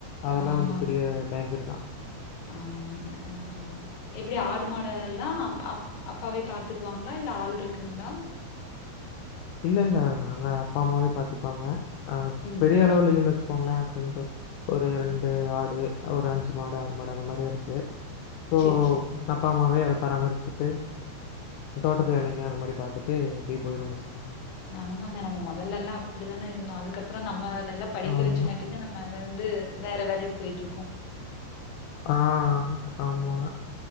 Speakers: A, on the left (about 85°); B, on the left (about 70°).
A: அதெல்லாம்
B: ஆமாங்க
A: வந்து பெரிய டேஞ்சர் தான்.
B: ஆமாங்க அதா எப்டி ஆடு மாடு எல்லா அப் அப்பாவே பாத்துக்குவாங்ளா இல்ல ஆள் இருக்குங்ளா
A: இல்ல இல்ல நாங்க அப்பா அம்மாவே பாத்துக்குவாங்க அ
B: ம்
A: பெரிய அளவு இல்லன்னு வச்சு கோங்ள கொஞ்சோ ஒரு ரெண்டு ஆடு ஒரு அஞ்சு மாடு ஆறு மாடு அந்த மாதிரி தா இருக்கு ஓ அப்
B: செரி செரிங்க
A: அப்பா அம்மாவே அத பராமரிச்சுட்டு தோட்டத்து வேலைங்க அந்த மாரி பாத்துட்டு அப்டியே போயிடுனு வச்சுக்
B: நாமாங்க நம்ம மொதல்லல்லா அப்டிதான இருந்தோ அதுக்கப்புறோ நம்மள நல்லா படிக்க
A: ஆமா.
B: வச்சுங்காட்டி இப்ப நம்ம வந்து வேற வேலைக் போயிட்டு இருக்கோ
A: ஆ ஆமா